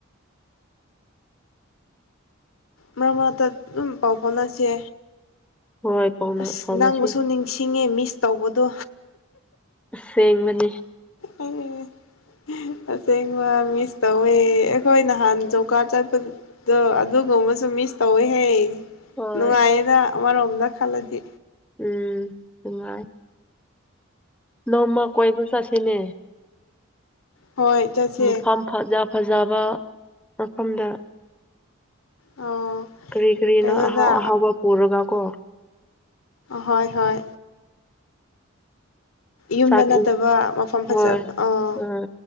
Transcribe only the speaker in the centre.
ꯍꯣꯏ ꯄꯥꯎꯅ
ꯐꯥꯎꯅꯁꯤ
ꯁꯦꯡꯕꯅꯤ
ꯍꯣꯏ
ꯎꯝ ꯅꯨꯡꯉꯥꯏ ꯅꯣꯡꯃ ꯀꯣꯏꯕ ꯆꯠꯁꯤꯅꯦ
ꯃꯐꯝ ꯐꯖ ꯐꯖꯕ ꯃꯐꯝꯗ
ꯀꯔꯤ ꯀꯔꯤꯅꯣ
ꯑꯍꯥꯎ ꯑꯍꯥꯎꯕ ꯄꯨꯔꯒ ꯀꯣ
ꯆꯥꯛ
ꯍꯣꯏ
ꯑ